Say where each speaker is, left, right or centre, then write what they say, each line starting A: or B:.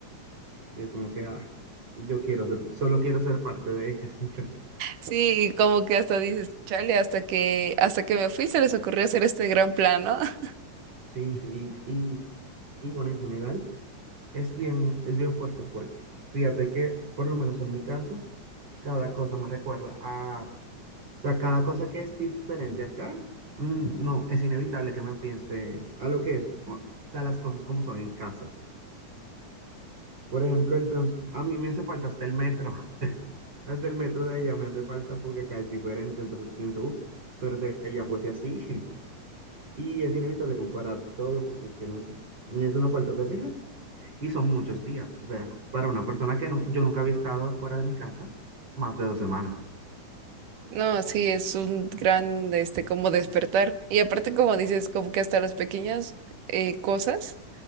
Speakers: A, on the right; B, on the right.
A: Y es como que, ah, yo quiero ser, solo quiero ser parte de ellas. <laughs>
B: Sí, y como que hasta dices, chale, hasta que, hasta que me fui se les ocurrió hacer este gran plan, ¿no? <laughs>
A: Sí, sí, y, y bueno, en general es bien, es bien fuerte porque fíjate que, por lo menos en mi caso, cada cosa me recuerda a, o sea, cada cosa que es diferente acá, mm, no, es inevitable que me piense a lo que es, o o sea, las cosas como son en casa. Por ejemplo, el trans, a mí me hace falta hasta el metro, <laughs> hasta el metro de allá me hace falta porque acá es diferente, entonces pienso, "Uh, pero si allá fuese así, <laughs> y es inevitable comparar todo porque es que no sé, es una falta terrible. Y son muchos días. O sea, para una persona que nu- yo nunca había estado fuera de mi casa, más de dos semanas.
B: No, sí, es un gran, este, como despertar. Y aparte, como dices, como que hasta las pequeñas eh, cosas